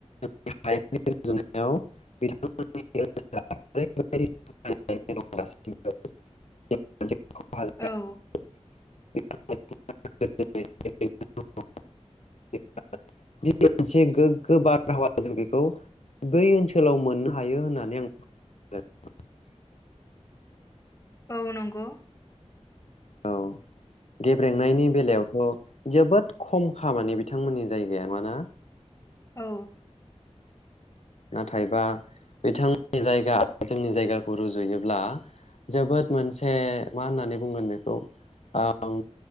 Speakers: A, on the left (about 65°); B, on the left (about 25°).
A: <unintelligible>
B: औ
A: <unintelligible> <unintelligible> <unintelligible> जि मोनसे गोग्गो बार हावा जों बेखौ बै ओनसोलाव मोननो हायो होनना <unintelligible>
B: औ नंगौ।
A: औ गेब्रेंनायनि बेलायावथ' जोबोद खम खामानि बिथांमोननि जायगाया नङा ना?
B: औ।
A: नाथायबा बिथांमोननि जायगा जोंनि जायगाखौ रुजुयोब्ला जोबोद मोनसे मा होननानै बुंगोन बेखौ ओ ओं